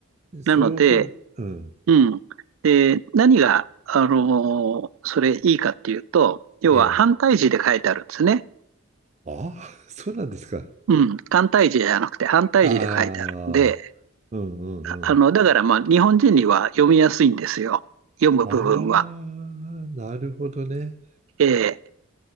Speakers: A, on the right (about 35°); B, on the right (about 80°).
A: え、ええそこ、
B: なので、
A: うん、
B: うん。で、何が、あの、それいいかっていうと、要は反対字で書いてあるんですね。
A: ええ、ああ、<laughs> そうなんですか。
B: うん。単体字じゃなくて反対字で書いてあるんで、
A: ああ、うんうんうん。
B: あの、だからまあ、日本人には読みやすいんですよ。読む部分は。
A: ああ、なるほどね。
B: ええ